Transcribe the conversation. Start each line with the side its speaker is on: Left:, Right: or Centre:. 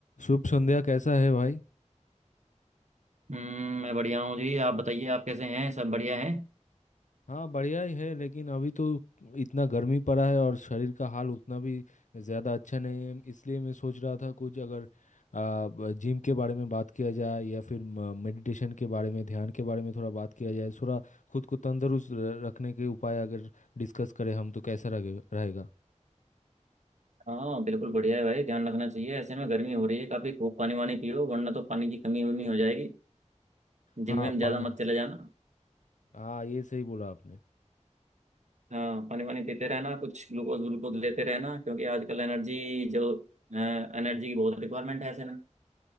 Left: शुभ संध्या कैसा है भाई
Right: हम्म मैं बढ़िया हूँ जी आप बताइए आप कैसे हैं सब बढ़िया हैं
Left: हाँ बढ़िया ही है लेकिन अभी तो इतना गर्मी पड़ा है और शरीर का हाल उतना भी ज़्यादा अच्छा नहीं है इसलिए मैं सोच रहा था कुछ अगर आ, जिम के बारे में बात किया जाए या फिर मेडिटेशन के बारे में ध्यान के बारे में थोड़ा बात किया जाए थोड़ा खुद को तंदुरुस्त र- रखने के उपाय अगर डिस्कस करें हम तो कैसा रहे रहेगा
Right: हाँ बिल्कुल बढ़िया है भाई ध्यान रखना चाहिए ऐसे में गर्मी हो रही है काफी खूब पानी वानी पियो वरना तो पानी की कमी वमी हो जाएगी
Left: हाँ
Right: जिम विम
Left: पानी
Right: ज्यादा मत चले जाना
Left: हाँ ये सही बोला आपने
Right: हाँ पानी वानी पीते रहना कुछ ग्लूकोज ग्लूकोज लेते रहना क्योंकि आजकल एनर्जी जो एनर्जी की बहुत रिक्वायरमेंट है ऐसे में